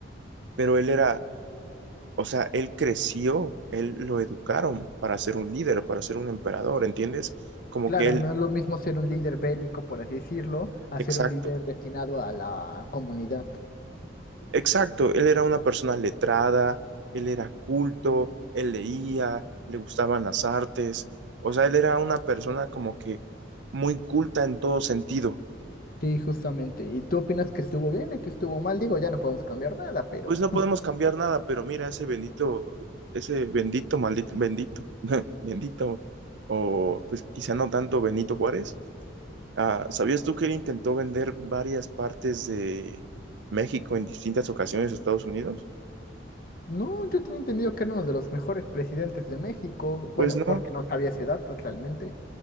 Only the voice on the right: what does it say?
Pero él era, o sea, él creció, él lo educaron para ser un líder, para ser un emperador, ¿entiendes? Como
que él,
exacto,
exacto, él era una persona letrada, él era culto, él leía, le gustaban las artes, o sea, él era una persona como que muy culta en todo sentido.
Pues no
podemos cambiar nada, pero mira, ese bendito, ese bendito, maldito, bendito, <laughs> bendito, o pues quizá no tanto Benito Juárez. Ah, ¿sabías tú que él intentó vender varias partes de México en distintas ocasiones a Estados Unidos?
Pues
no,